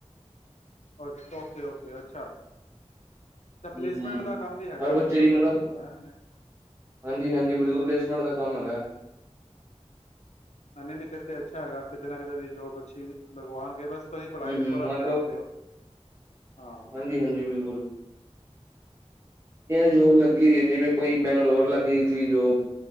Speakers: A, on the left; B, on the right.
A: ਅ ਓਕੇ-ਓਕੇ ਅੱਛਾ। ਤਾਂ ਪਲੇਸਮੈਂਟ
B: ਹੂੰ, ਹੂੰ।
A: ਦਾ ਕੰਮ ਵੀ ਹੈਗਾ
B: ਹਰ ਬੱਚੇ
A: ਉੱਥੇ ਤੁਹਾਡੇ
B: ਦੀ ਮਤਲਬ
A: ਇੱਥੇ ਹੈਂ
B: ਹਾਂਜੀ ਹਾਂਜੀ ਬਿਲਕੁਲ ਪਲੇਸਮੈਂਟ ਦਾ ਕੰਮ ਹੈਗਾ।
A: ਨ ਨਹੀਂ ਨਹੀਂ ਫੇਰ ਤੇ ਅੱਛਾ ਹੈਗਾ ਕਿਤੇ ਨਾ ਕਿਤੇ ਜੋਬ ਅੱਛੀ ਲਗਵਾਣਗੇ ਬਸ ਤੁਸੀਂ
B: ਹੂੰ
A: ਪੜ੍ਹਾਈ ਚ
B: ਹੂੰ
A: ਪੂਰਾ
B: ਮੰਨ
A: ਧਿਆਨ
B: ਲਓ
A: ਦਿਓ, ਹਾਂ।
B: ਹਾਂਜੀ ਹਾਂਜੀ ਬਿਲਕੁਲ ਜੋਬ ਲੱਗੀ ਹੋਈ ਹੈ। ਜਿਵੇਂ ਕੋਈ ਬੈਂਗਲੋਰ ਲੱਗੀ ਸੀ ਜੋਬ